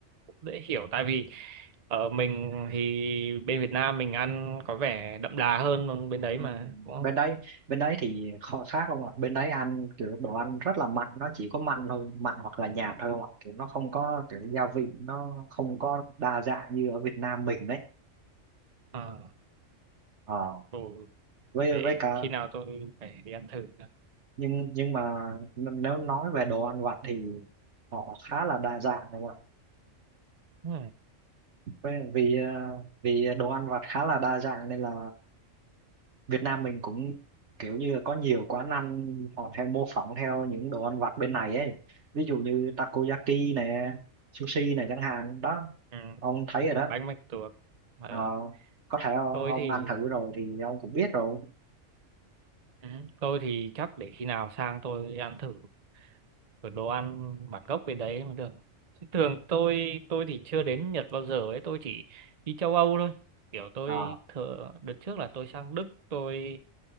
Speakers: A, on the right (about 35°); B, on the right (about 60°).
A: dễ hiểu tại vì ở mình thì bên Việt Nam mình ăn có vẻ đậm đà hơn còn bên đấy
B: Ừ.
A: mà đúng không
B: bên đấy bên đấy thì kho khác không ạ bên đấy ăn kiểu đồ ăn rất là mặn nó chỉ có mặn thôi mặn hoặc là nhạt thôi không ạ kiểu nó không có kiểu gia vị nó không có đa dạng như ở Việt Nam mình đấy
A: à,
B: ờ
A: ừ.
B: với
A: để
B: với cả
A: khi nào tôi phải đi ăn thử nữa.
B: nhưng nhưng mà n- nếu nói về đồ ăn vặt thì họ khá là đa dạng không ạ
A: ừ.
B: Với- vì ờ, vì đồ ăn vặt khá là đa dạng nên là Việt Nam mình cũng kiểu như là có nhiều quán ăn họ theo mô phỏng theo những đồ ăn vặt bên này ấy ví dụ như takoyaki nè sushi này chẳng hạn đó
A: Ừ.
B: ông thấy
A: Đúng
B: rồi
A: rồi,
B: đó
A: bánh mạch tuộc Ờ,
B: Ờ, có thể
A: tôi
B: ông
A: thì
B: ăn thử rồi thì ông cũng biết rồi
A: Ừ, Tôi thì chắc để khi nào sang tôi ăn thử cái đồ ăn bản gốc bên đấy mới được. Chứ Thường tôi tôi thì chưa đến Nhật bao giờ ấy, tôi chỉ đi châu Âu thôi. Kiểu tôi
B: Ờ,
A: thường đợt trước là tôi sang Đức, tôi